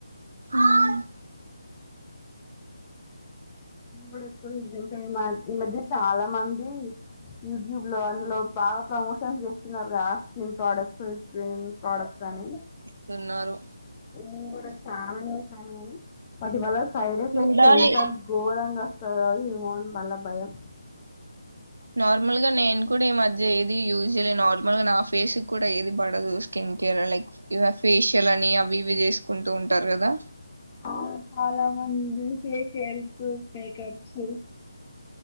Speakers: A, on the right (about 65°); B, on the left (about 25°).
A: మ్మ్.
B: ఉమ్ ఎక్కువ ఈ మధ్య చాలా మంది యూట్యూబ్ లో అందులో బాగా ప్రమోషన్ చేస్తున్నారు రా స్కిన్ ప్రోడక్ట్స్ ఏం ప్రోడక్ట్స్ అని
A: తిన్నారు
B: నువ్వు కూడా చాలా ని మటి వాాల <inaudible> సైడ్ ఎఫెక్ట్స్
A: చూడాలి
B: ఎంత ఘోరంగా వస్తు <unintelligible> బళ్ళ భయం
A: నార్మల్గ నేను కూడ ఈ మధ్య ఏది యూజ్ చేయలే నార్మల్ గా నా ఫేస్ కూడ ఏది పడదు స్కిన్ కేర్ లైక్ ఫేషియల్ అని అవి ఇవి చేసుకుంటూ ఉంటారు కదా
B: అవున్ చాలా మంది ఫేషియల్స్ మేకప్స్